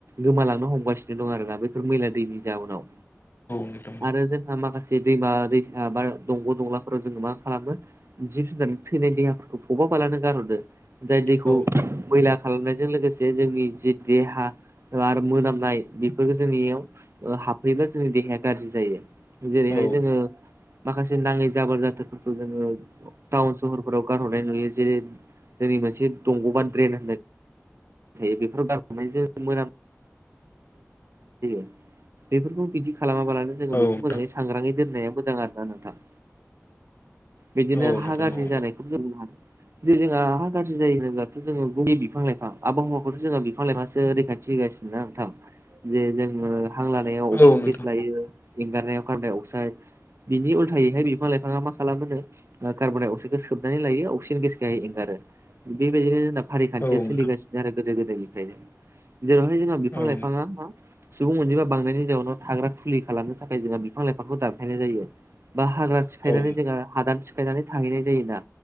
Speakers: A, on the right; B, on the left.
A: गोमालांनो हमगासिनो दं आरोना बेफोर मैला दैनि जाहोनाव।
B: नोंथां
A: आरो जोंहा माखासे दैमा दै बा दंग' दंलाफोराव जोङो मा खालामो जिब -जुनार थैनाय देहाफोरखौ फबाबालानो गारहरो। जाय दैखौ
B: औ
A: मैला खालामनायजों लोगोसे जोंनि जि देहा आरो मोनामनाय बेफोरफोरखौ जोंनियाव हाबफैबा जोंनि देहाया गाज्रि जायो। जेरैहाय
B: औ
A: जोङो माखासे नाङै जाबोर जाथोरफोरखौ जोङो टाउन सहरफोराव गारहरनाय नुयो। जेरै जोंनि मोनसे दंग' बा ड्रेन होननाय थायो बेफोराव <unintelligible> बेफोरखौ बिदि खालामाबालानो जोङो
B: औ
A: बेखौ
B: औ
A: मोजाङै <unintelligible> सांग्राङै दोननाया मोजां आरोना नोंथां। बिदिनो
B: औ
A: हा
B: नोंथां
A: गाज्रि
B: औ
A: जानायखौ जों बुंनो <unintelligible> जे जोंहा हा गाज्रि जायो होनोब्लाथ' जोङो <inaudible> बिफां लाइफां आबहावाखौथ' जोंहा बि बिफां लायफाङासो रैखाथि होगासिनोना नोंथां जे जोङो हां लानायाव अक्सिजेन
B: औ नोंथां
A: गेस लायो। एंगारनायाव कारबण्डाइ अक्साइद बिनि उल्थायैहाय बिफां लाइफाङा मा खालामोनो कार्बनडाइ अक्साइडखौ सोबनानै लायो अक्सिजेन गेसखौहाय एंगारो बेबायदिनो ज फारिखान्थिया
B: औ नोंथां
A: सोलिगासिनो आरो गोदो गोदायनिफ्रायनो जेरावहाय जोंहा बिफां
B: औ
A: लाइफाङा मा सुबुं अनजिमा बांनायनि जाउनाव थाग्रा खुलि खालामनो थाखाय जोंहा बिफां लाइफांखौ दानफायनाय जायो। बा हाग्रा सिफायनानै
B: औ
A: जोङो हादान सिफायनानै थाहैनाय जायो ना